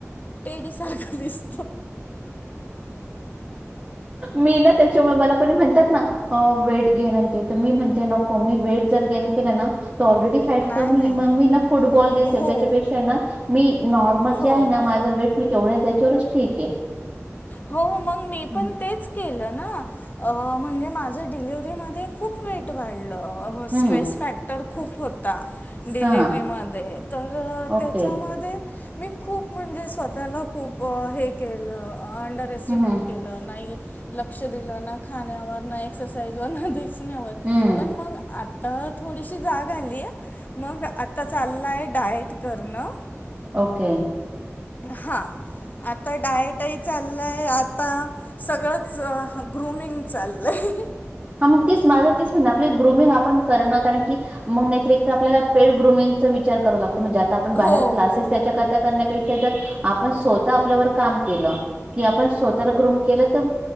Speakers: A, on the left (about 35°); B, on the right (about 25°).
A: तेडीसारखं दिस
B: मी ना त्याच्यामुळे मला कोणी म्हणतात ना वेट गेन आणते तर मी म्हणते नको मी वेट जर गेन केलं ना त ऑलरेडी हाईट
A: नाही,
B: कमी
A: नाही, नाही.
B: मग मी ना फुटबॉल दिसेल
A: हो,
B: त्याच्यापेक्षा ना मी नॉर्मल
A: हो.
B: जे आहे ना माझं वेट मी तेवढ्याच याच्यावरच ठीक आहे.
A: हो मग मी
B: हम्म
A: पण तेच केलं ना म्हणजे माझं डिलिवरीमध्ये खूप वेट वाढलं स्ट्रेस
B: हम्म.
A: फॅक्टर खूप होता डिलिव्हरी
B: हा हा.
A: मध्ये तर
B: ओके
A: त्याच्यामध्ये मी खूप म्हणजे स्वतःला खूप हे केलं अंडर एस्टिमेट
B: हम्म
A: केलं नाही लक्ष दिल ना खाण्यावर ना एक्साईज वर ना
B: हम्म
A: पण मग तर थोडीशी जाग आली मग आता चाललाय डाएट करणं
B: ओके
A: हा आता डायटही चाललाय आता सगळंच ग्रुमिंग चाललंय
B: हा मग तीच माझं तेच म्हणण आपली ग्रुमिंग आपण करणं कारण की मग नाहीतर एकतर आपल्याला पेड ग्रुमिंगचा विचार करावा लागतो म्हणजे आपण बाहेर
A: हो
B: क्लासेस त्याच्याकरता करण्यापेक्षा जर आपण स्वतः आपल्यावर काम केलं कि आपण स्वतःला ग्रुम केलं तर